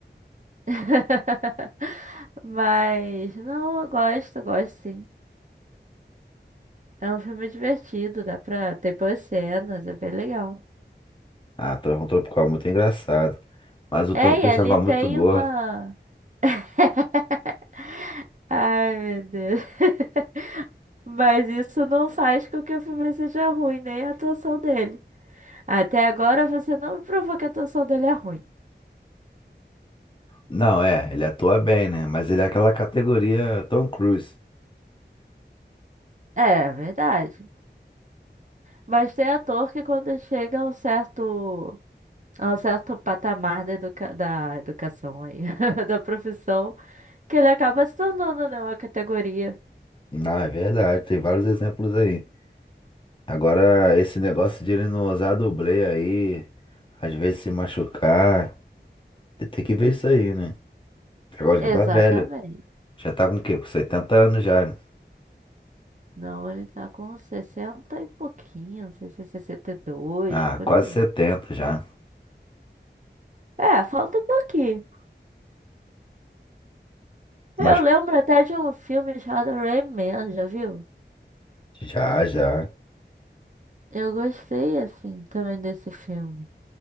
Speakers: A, on the right; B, on the left.
A: <laughs> Mas, não, eu gosto, eu gosto sim. É um filme divertido, dá pra. Tem boas cenas, é bem legal.
B: Ah, Trovão Tropical é muito engraçado. Mas o
A: É,
B: Tom Cruise
A: e ele
B: tava muito
A: tem
B: gordo.
A: uma. <laughs> Ai, meu Deus. <laughs> Mas isso não faz com que o filme seja ruim, nem a atuação dele. Até agora você não me provou que a atuação dele é ruim.
B: Não, é, ele atua bem, né? Mas ele é aquela categoria Tom Cruise.
A: É, verdade. Mas tem ator que quando chega a um certo, a um certo patamar da, educa- da educação aí, <laughs> da profissão, que ele acaba se tornando, né, uma categoria.
B: Não, é verdade, tem vários exemplos aí. Agora, esse negócio de ele não usar dublê aí, às vezes se machucar, tem tem que ver isso aí, né? Agora
A: Exatamente.
B: já tá velho. Já tá com o quê? Com 70 anos já, né?
A: Não, ele tá com 60 e pouquinho, não sei se é 62,
B: Ah,
A: por
B: quase
A: aí.
B: 70 já.
A: É, falta um pouquinho. Eu
B: Mas
A: lembro até de um filme chamado Rain Man, já viu?
B: já, já.
A: Eu gostei, assim, também desse filme.